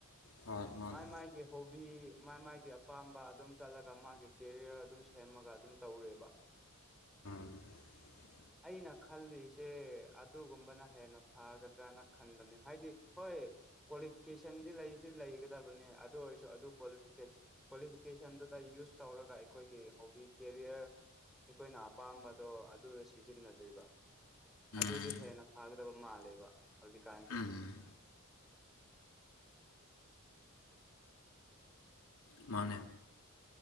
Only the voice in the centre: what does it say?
ꯃꯥꯏ ꯃꯥꯥꯏꯒꯤ ꯍꯣꯕꯤ ꯃꯥꯏ ꯃꯥꯥꯏꯒꯤ ꯑꯄꯥꯝꯕ ꯑꯗꯨꯝ ꯆꯠꯂꯒ ꯃꯥꯒꯤ ꯀꯦꯔꯤꯌꯔ ꯑꯗꯨꯝ ꯁꯦꯝꯃꯒ ꯑꯗꯨꯝ ꯇꯧꯔꯦꯕ
ꯑꯩꯅ ꯈꯜꯂꯤꯁꯦ ꯑꯗꯨꯒꯨꯝꯕꯅ ꯍꯦꯟꯅ ꯐꯥꯒꯗ꯭ꯔꯅ ꯈꯟꯕꯅꯦ ꯍꯥꯏꯗꯤ ꯍꯣꯏ ꯀ꯭ꯋꯥꯂꯤꯐꯤꯀꯦꯁꯟꯗꯤ ꯂꯩꯗꯤ ꯂꯩꯒꯗꯕꯅꯦ ꯑꯗꯨ ꯑꯣꯏꯁꯨ ꯑꯗꯨ ꯀ꯭ꯋꯥꯂꯤꯐꯤꯀꯦꯁꯟ ꯀ꯭ꯋꯥꯂꯤ ꯐꯤꯀꯦꯁꯟꯗꯨꯗ ꯌꯨꯁ ꯇꯧꯔꯒ ꯑꯩꯈꯣꯏꯒꯤ ꯍꯣꯕꯤ ꯀꯦꯔꯤꯌꯔ ꯑꯩꯈꯣꯏꯅ ꯑꯄꯥꯝꯕꯗꯣ ꯑꯗꯨꯗ ꯁꯤꯖꯤꯟꯅꯗꯣꯏꯕ ꯑꯗꯨꯗꯤ
ꯍꯦꯟꯅ ꯐꯒꯗꯕ ꯃꯥꯜꯂꯦꯕ ꯍꯧꯖꯤꯛꯀꯥꯟꯖꯦ